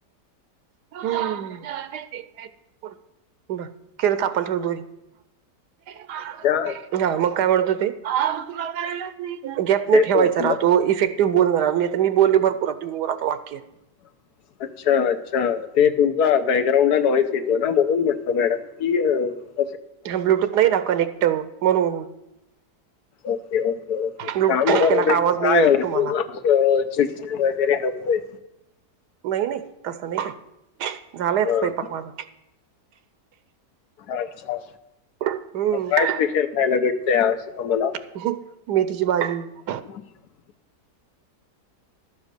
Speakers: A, on the right (about 75°); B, on the left (about 70°).
A: हम्म <unintelligible> किर थापल ठेव दोरी <unintelligible>
B: त्या
A: हा मग काय म्हणतो ते हा मंग तुला करेलच. गॅप न
B: तेच
A: ठेवायचचा
B: म्हटलं
A: राहतो इफेक्टिव्ह बोलना नाही तर मी बोलले भरपूर बोलले तुम्ही बोला आता वाक्य.
B: <unintelligible> अच्छा-अच्छा ते तुमचा बॅकग्राऊंडला नॉईस येतो ना म्हणून म्हटत मॅडम की अ
A: हा ब्लूटूथ नाही ना कनेक्ट म्हणून.
B: ओके-ओके-ओके
A: ब्लूटूथ
B: काम
A: कनेक्ट
B: कर
A: केला
B: नाही
A: का आवाज
B: तर काय
A: येत
B: उगाच
A: तुम्हाला
B: चिडचिड वगैरे नकोय.
A: नाही-नाही तसं नाही काही झालाय
B: हां.
A: आता स्वयंपाक माझा.
B: अच्छा
A: हम्म
B: काय स्पेशल खायला भेटतंय आज आम्हाला.
A: <unintelligible> मेथीची भाजी.
B: <unintelligible>